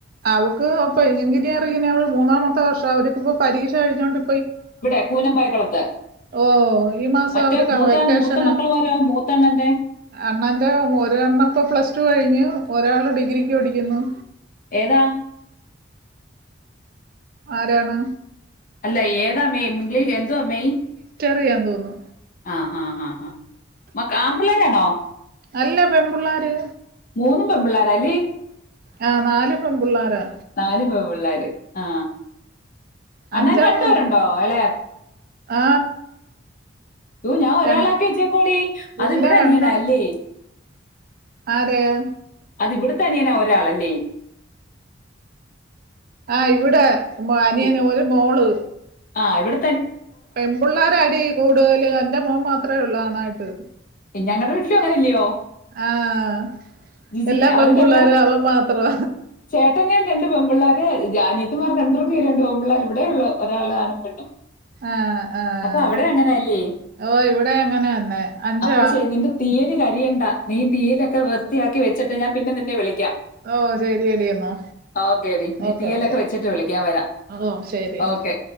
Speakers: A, on the right; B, on the left.
A: അവക്ക് ഇപ്പൊ എങ്കിരിയാറിങ്ങനെ മൂന്നാമത്തെ വർഷ അവർക്ക ഇപ്പൊ പരീക്ഷ കഴിച്ചഞ്ഞുകോണ്ട്
B: ഇവിടെ പൂനംമ്പായക്കുളത്ത്
A: ഓ ഈ മാസം
B: മറ്റേ
A: അവര്
B: മൂത്ത
A: വെക്കേഷന്
B: മൂത്ത മക്കളമാരോ മൂത്തണ്ണന്റെ
A: അണ്ണന്റെ ഒരണ്ണപ്പോ പ്ലസ് ടു കഴിഞ്ഞു ഒരാള് ഡിഗ്രിക്ക് പടിക്കുന്നു
B: ഏതാ
A: ആരാണ്
B: അല്ല ഏതാ മെയി ഇംഗലീ എന്തോ മെയി
A: റിയാ തോന്നു
B: ആ ആ ആ ആ മക്ക ആമ്പിള്ളേരാണോ
A: അല്ല പെൺപിള്ളാര്
B: മൂന്നും പെമ്പിള്ളാരല്ലേ
A: ആ നാല് പെൺപിള്ളാരാ
B: നാല് പെൺപിള്ളാര് ആ അണ്ണന്
A: അഞ്ചെണ്ണോ
B: രണ്ടു പേരുണ്ടോ ഇള
A: ആ
B: ഒ ഞാൻ ഒരാള
A: ര
B: ആക്കി വച്ചേക്കാടി അത്
A: ഇല്ല
B: ഇവിടെ യനിയൻ
A: രണ്ടെണ്ണം
B: നാ ല്ലേ
A: ആരെയാ
B: അത് ഇവിടുത്തനിയനാ ഒരാളല്ലേ
A: ആ ഇവിടെ അനിയനെ
B: ഇ-
A: ഒരു മോള്
B: ആ ഇവിട
A: പെൺപ്പിള്ളേരാടി കൂടുതല് എന്റെ മോൻ മാത്രേ ഉള്ള് ആണായിട്ട്
B: ഞങ്ങളടെ വീട്ടിലും അങ്ങനെയല്ലിയോ
A: ആഹ്
B: ജിജി
A: എല്ലാ
B: അവർക്കെല്ലാം
A: പെൺപിള്ളേരും അവൻ മാത്രം
B: ചേട്ടന് രണ്ട് പെൺപിള്ളോര് അനിയത്ത്മാർക്ക് രണ്ട്ർക്ക്കും ഈ രണ്ടു പെൺപിള്ളേര് ഇവിടെയുള്ളൂ ഒരാള് ആണും പെണ്ണും
A: ആഹ് ആഹ്
B: അപ്പൊ അവിടെ അങ്ങനെയല്ലേ
A: ഓ ഇവിടെ അങ്ങനെ തന്നെ അഞ്ച്
B: അപ്പ ശരി എന്റെ തീയല് കരിയണ് മീൻ തീയലൊക്കെ വൃത്തിയാക്കി വെച്ചട്ട് ഞാൻ പിന്നെ നിന്നെ വിളി
A: ഓ ശരിയടി എന്നാ
B: ഓക്കേ ടി നീ
A: ഓക്കെ
B: തീയലൊക്കെ
A: ഓക്കെ
B: വെച്ചിട്ട് വിളിക്കു ഞാൻ വരാം
A: ഓ ശരി എന്നാ
B: ഓക്കേ